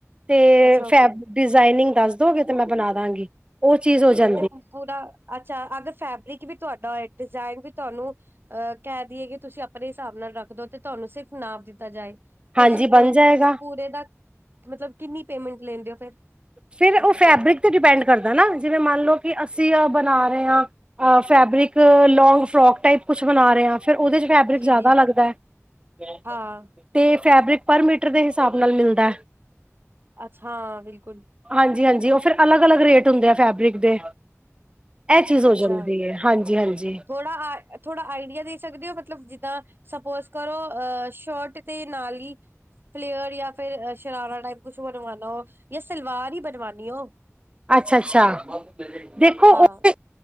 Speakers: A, on the right; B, on the right.
A: ਤੇ
B: ਅੱਛਾ ਓਕੇ
A: ਫੈਬ ਡਿਜ਼ਾਇਨਿੰਗ ਦੱਸ ਦੋਗੇ ਤੇ ਮੈਂ ਬਣਾ ਦਾਂਗੀ, ਉਹ ਚੀਜ਼ ਹੋ ਜਾਂ-
B: ਤੇ ਪੂਰਾ ਅੱਛਾ ਅਗਰ ਫੈਬਰਿਕ ਵੀ ਤੁਹਾਡਾ ਏ ਡਿਜ਼ਾਇਨ ਵੀ ਤੁਹਾਨੂੰ- ਅਹ ਕਹਿ ਦੇਈਏ ਕਿ ਤੁਸੀਂ ਆਪਣੇ ਹਿਸਾਬ ਨਾਲ ਰੱਖਦੋ ਤੇ ਤੁਹਾਨੂੰ ਸਿਰਫ਼ ਨਾਪ ਦਿੱਤਾ ਜਾਏ। ਤੁਸੀਂ
A: ਹਾਂਜੀ
B: ਉਹ
A: ਬਣ ਜਾਏਗਾ
B: ਉਸ ਪੂਰੇ ਦਾ, ਮਤਲਬ ਕਿੰਨੀ ਪੇਮੈਂਟ ਲੈਂਦੇ ਹੋ ਫੇਰ।
A: ਫਿਰ ਉਹ ਫੈਬਰਿਕ ਤੇ ਡਿਪੈਂਡ ਕਰਦਾ ਨਾ ਜਿਵੇਂ ਮੰਨ ਲਓ ਕਿ ਅਸੀਂ ਆ ਬਣਾ ਰਹੇ ਹਾਂ। ਫੈਬਰਿਕ ਲੌਗ ਫਰੋਕ ਟਾਈਪ ਕੁਛ ਬਣਾ ਰਹੇ ਆ। ਫੇਰ ਉਹਦੇ ਚ ਫੈਬਰਿਕ
B: ਜੀ
A: ਜ਼ਿਆਦਾ
B: ਜੀ
A: ਲੱਗਦਾ ਏ
B: ਹਾਂ
A: ਅਤੇ ਫੈਬਰਿਕ ਪਰ ਮੀਟਰ ਦੇ ਹਿਸਾਬ ਨਾਲ ਮਿਲਦਾ।
B: ਅੱਛਾ ਬਿਲਕੁਲ।
A: ਹਾਂਜੀ- ਹਾਂਜੀ ਉਹ ਫੇਰ ਅਲੱਗ- ਅਲੱਗ ਰੇਟ ਹੁੰਦੇ ਏ ਫੈਬਰਿਕ ਦੇ। ਇਹ ਚੀਜ਼ ਹੋ
B: ਅੱਛਾ
A: ਜਾਂਦੀ ਹੈ, ਹਾਂਜੀ- ਹਾਂਜੀ।
B: ਥੋੜਾ ਥੋੜਾ ਆਈਡੀਆ ਦੇ ਸਕਦੇ ਹੋ ਮਤਲਬ ਜਿੱਦਾਂ ਸਪੋਜ ਕਰੋ ਸੋ਼ਟ- ਦੇ ਨਾਲ ਹੀ ਪਲੇਅਰ ਜਾਂ ਫੇਰ- ਸ਼ਰਾਰਾ ਟਾਈਪ ਕੁਛ ਬਣਵਾਉਣਾ ਉਹ ਜਾਂ ਸਲਵਾਰ ਹੀ ਬਣਵਾਨੀ ਹੋ।
A: ਅੱਛਾ- ਅੱਛਾ। ਦੇਖੋ
B: ਹਾਂ
A: ਉਹ-